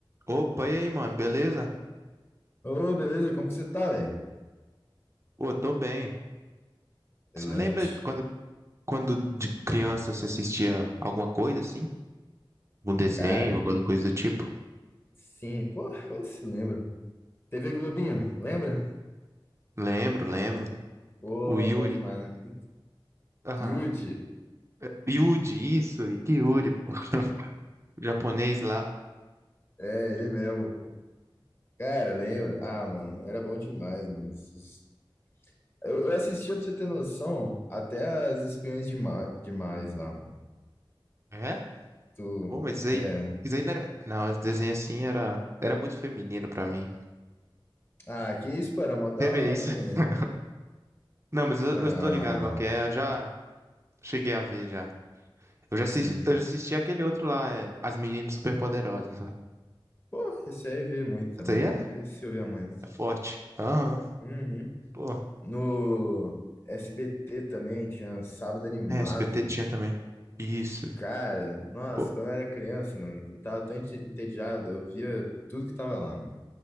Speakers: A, on the right (about 30°); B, on the left (about 25°).
A: Opa, e aí, mano, beleza?
B: Ô, beleza, como que você tá, velho?
A: Pô, tô bem.
B: Excelente.
A: Você lembra quando, quando de criança você assistia alguma coisa assim? Um desenho,
B: Cara,
A: alguma coisa do tipo?
B: sim, pô, <laughs> eu se lembra. TV Globinho, lembra?
A: Lembro, lembro.
B: Pô,
A: O Yuri.
B: bom demais, né?
A: Aham.
B: Yudi,
A: É, Yudi, isso, e que Yuri, pô. <laughs> O japonês lá.
B: é, ele mesmo, pô. Cara, lembra? Ah, mano, era bom demais, mano. Esses- Eu, eu assistia, pra você ter noção, até as Espiões Dema- Demais lá, mano.
A: É?
B: Tu,
A: Pô, mas isso aí,
B: é.
A: isso aí não era. Não, esse desenho assim era, era muito feminino pra mim.
B: Ah, que isso, pô, era mó da
A: Você vê
B: hora,
A: isso?
B: mano.
A: <laughs> Não, mas eu,
B: Ah,
A: eu tô ligado qual que é, eu já cheguei a ver já. Eu já
B: sim.
A: assisti, eu já assisti aquele outro lá, é As Meninas Superpoderosas.
B: Pô, esse aí eu via muito também.
A: Isso aí é
B: Esse eu via muito.
A: É forte. Aham.
B: Uhum.
A: Pô.
B: No SBT também tinha Sábado Animado.
A: É, SBT tinha também. Isso.
B: Cara, nossa,
A: Pô,
B: quando eu era criança, mano, eu tava tão ente- entediado, eu via tudo que tava lá, mano.